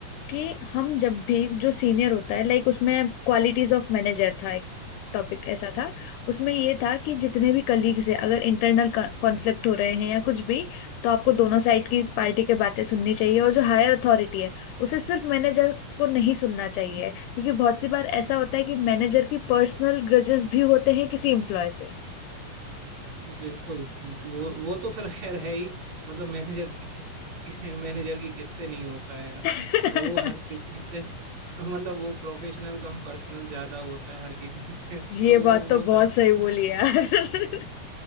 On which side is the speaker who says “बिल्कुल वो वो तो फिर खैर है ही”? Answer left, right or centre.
Right